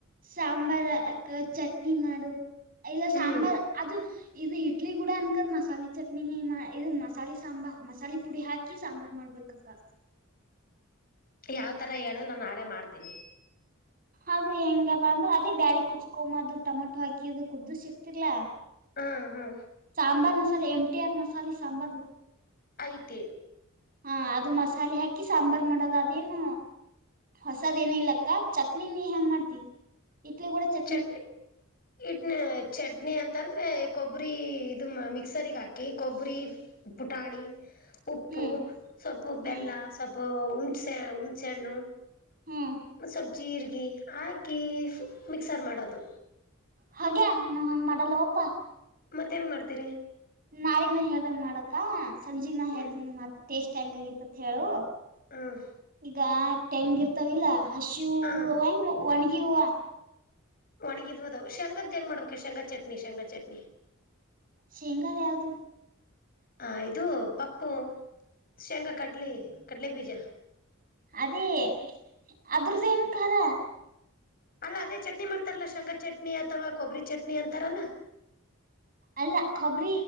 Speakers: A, on the right (about 40°); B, on the left (about 45°).
A: ಸಾಂಬಾರ್ ಅಕ್ಕ ಚಟ್ನಿ ಮಾಡು ಇಲ್ಲ ಸಾಂಬಾರ್
B: ಹ್ಮ್
A: ಅದು ಇದು ಇ ಚಟ್ಲಿ ಕೂಡ ಅನ್ಕದ ಮಸಾಲೆ ಚಟ್ನಿನಿ ಇದು ಮಸಾಲೆ ಸಾಂಬಾರ್ ಮಸಾಲೆ ಪುಡಿ ಹಾಕಿ ಸಾಂಬಾರು ಮಾಡ್ಬೇಕು. ಕಕ್ಕ.
B: ಯಾವ ತರ ಹೇಳು ನಾನು ನಾಳೆ ಮಾಡ್ತೀನಿ.
A: ಅದು ಹೆಂಗಪ್ಪ ಅಂದ್ರೆ ಅದೇ ಬ್ಯಾಳಿ ಕುತ್ಕೊಮದು ಅದು ಟಮಾಟೊ ಹಾಕಿ ಅದು ಕುದ್ದುಸಿತಿಲ್ಲಾ.
B: ಹಾ ಹಾ
A: ಸಾಂಬಾರ್ ಮಸಾಲೆ ಎಂಟಿ ಆರ್ ಮಸಾಲೆ ಸಾಂಬಾರು.
B: ಐತಿ.
A: ಹ ಅದು ಮಸಾಲೆ ಹಾಕಿ ಸಾಂಬಾರ್ ಮಾಡೋದ ಅದೇನು ಹೊಸದಏನು ಇಲಕ್ಕ. ಚಟ್ನ ನೀ ಹೆಂಗ್ ಮಾಡ್ತಿ ಇಡ್ಲಿ ಕೂಡ ಚ
B: ಚಟ್ನಿ ಇಟ್ನ ಚಟ್ನಿ ಅಂತಂದ್ರೆ ಕೊಬ್ಬರಿ. ಇದು ಮಿಕ್ಸರ್ ಹಾಕಿ ಕೊಬ್ಬರಿ ಪುಟಾಣಿ ಉಪ್ಪು.
A: ಹ್ಮ್
B: ಸ್ವಲ್ಪ ಬೆಲ್ಲ
A: ಹ್ಮ್
B: ಸ್ವಲ್ಪ ಹುಣಸೆ ಹುಣ್ಸೆ ಹಣ್ಣು
A: ಹ್ಮ್
B: ಸ್ವಲ್ಪ ಜೀರಿಗೆ ಹಾಕಿ ಮಿಕ್ಸರ್ ಮಾಡೋದು.
A: ಹಾಗ್ಯಾ ನಾ ಹಂಗ ಮಾಡಲ್ಲ ಒಪ್ಪಾ.
B: ಮತ್ ಹೆಂಗ್ ಮಾಡ್ತೀರಿ.
A: ನಾಳಿಕ್ ನ ಹೇಳ್ದಂಗ ಮಾಡಕ ಸಂಜೆಗ್ ನ ಹೇಳ್ತನ್
B: ಹ್ಮ್
A: ಮಾತ್ರ ಟೇಸ್ಟ್ ಹೆಂಗಗತ್ತತ್ ಹೇಳು.
B: ಹ್ಮ್
A: ಈಗ ತೆಂಗ ಇರ್ತವಿಲ್ಲ ಹಸಿ ಹೂವಂಗ
B: ಹಾ
A: ಒಣಗಿ ಹೂವ.
B: ಒಣಿಗಿದ್ ಬದ್ ಶೇಂಗದ್ ಹೆಂಗ್ ಮಾಡ್ಬೇಕು ಶೇಂಗಾ ಚಟ್ನಿ ಶೇಂಗಾ ಚಟ್ನಿ.
A: ಶೇಂಗಾ ಯಾವ್ದು.
B: ಹ ಇದು ಪಪ್ಪು ಶೇಂಗಾ ಕಡ್ಲಿ ಕಡಲೆ ಬೀಜ.
A: ಅದೇ ಅದ್ರ್ದನ್ ಖಾರ.
B: ಅಲ್ಲ ಅದೇ ಚಟ್ನಿ ಮಾಡ್ತಾರಲ್ಲಾ ಶೇಂಗಾ ಚಟ್ನಿ ಅಥವಾ ಕೊಬ್ಬರಿ ಚಟ್ನಿ ಅಂತಾರಲ್ಲಾ
A: ಅಲ್ಲ ಕೊಬ್ರ